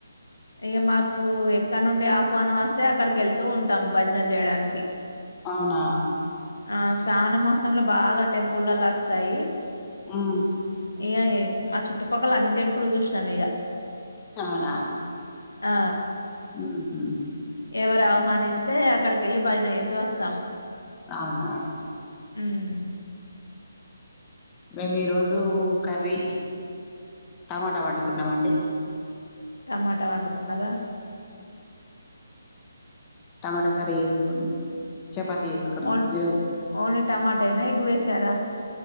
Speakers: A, on the left; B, on the left.
A: ఇగా మాకు ఎక్కడ నుండి ఆహ్వానం వస్తే అక్కడికి వెళ్తూ ఉంటాము భజనలు చేయడానికి
B: అవునా
A: ఆ శ్రావణ మాసంలో బాగా టెంపుల్లా వస్తాయి.
B: ఉమ్
A: ఇగా ఆ చుట్టుపక్కల అన్ని టెంపుల్ చూసిన ము ఇగ
B: అవునా
A: ఆ
B: ఉమ్ హు
A: ఎవరు ఆహ్వానిస్తే అక్కడికి వెళ్ళి భజన వేసి వస్తాము.
B: అవునా
A: ఉం
B: మేము ఈరోజు కర్రీ టమాటా వండుకున్నమండి.
A: టమాటా వండుకున్నారా.
B: టమాటా కర్రీ చేసుకొని చపాతి వేసుకొన్నము
A: ఓన్
B: ఈరోజు
A: ఓన్లీ టమాటేనా ఎగ్ వేసారా